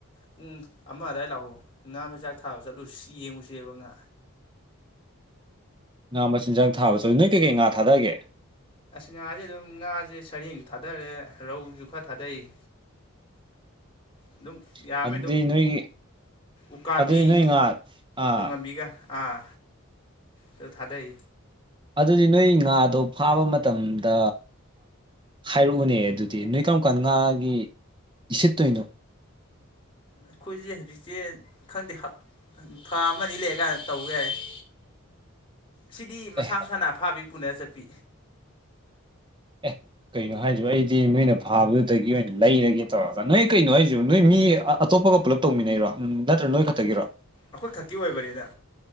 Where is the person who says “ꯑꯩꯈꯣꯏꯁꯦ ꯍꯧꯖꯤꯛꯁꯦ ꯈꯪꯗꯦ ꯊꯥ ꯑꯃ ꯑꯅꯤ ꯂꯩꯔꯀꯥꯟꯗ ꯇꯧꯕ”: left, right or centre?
Left